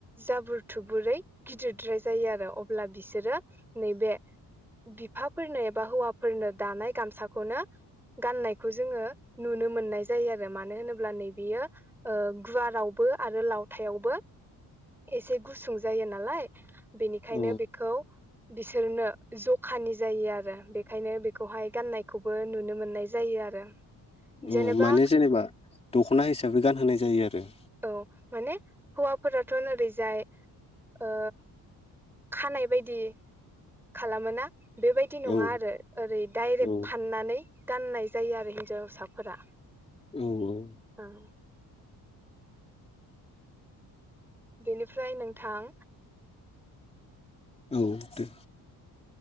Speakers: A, in the centre; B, on the left.
A: जाबोर थुबुरै गिदिरद्राय जायो आरो अब्ला बिसोरो नैबे बिफाफोरनो एबा हौवाफोरनो दानाय गामसाखौनो गाननायखौ जोङो नुनो मोननाय जायो आरो मानो होनोब्ला नैबेयो ओ गुवारावबो आरो लावथायावबो एसे गुसुं जायो नालाय बेनिखायनो
B: औ
A: बेखौ बिसोरनो ज खानि जायो आरो बे खायनो बेखौहाय गान्नायखौबो नु- नुनो मोननाय जायो आरो। जेनेबा
B: औ माने जेनेबा दखना हिसाबै गानहोनाय जायो आरो
A: औ माने हौवाफोराथ ओरैजाय ओ खानाय बायदि खालामो ना? बेबायदि नङा
B: औ
A: आरो ओरै दडाइरेक्ट
B: औ
A: फाननानै गाननाय जायो आरो हिन्जावसाफोरा
B: औ औ
A: ओं बेनिफ्राय नोंथां
B: औ दे